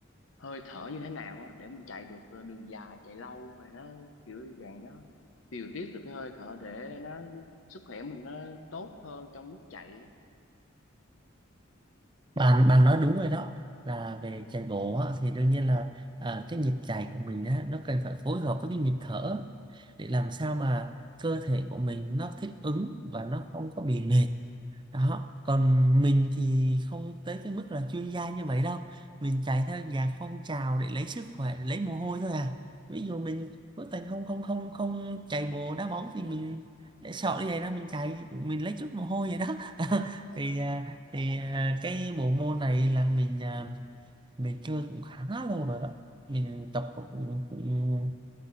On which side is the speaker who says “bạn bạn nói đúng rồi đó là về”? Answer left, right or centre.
Right